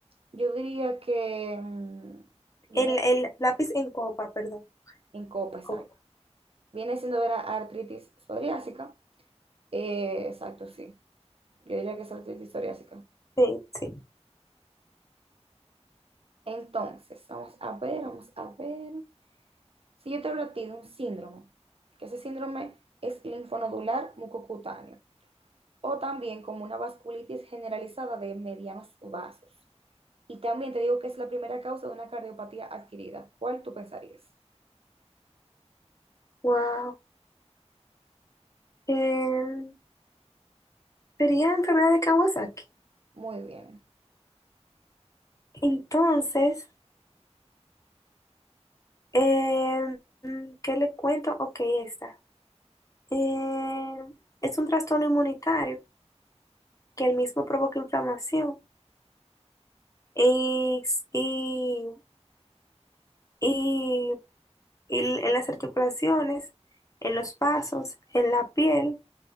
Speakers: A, on the right; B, on the left.
A: yo diría que mm, viene
B: El, el lápiz en copa, perdón.
A: en COPESAC.
B: Copa.
A: Viene siendo de la artritis psoriásica. Eh, exacto, sí. Yo diría que es artritis psoriásica.
B: Sí, sí.
A: Entonces, vamos a ver, vamos a ver. Si yo te hablo a ti de un síndrome, que ese síndrome es linfonodular mucocutáneo, o también como una vasculitis generalizada de medianos vasos. Y también te digo que es la primera causa de una cardiopatía adquirida. ¿Cuál tú pensarías?
B: Wow. Em, sería enfermedad de Kawasaki.
A: Muy bien.
B: Entonces, em, ¿qué le cuento? Ok, está. Em, es un trastorno inmunitario que el mismo provoca inflamación y, y, y- y en las articulaciones, en los vasos, en la piel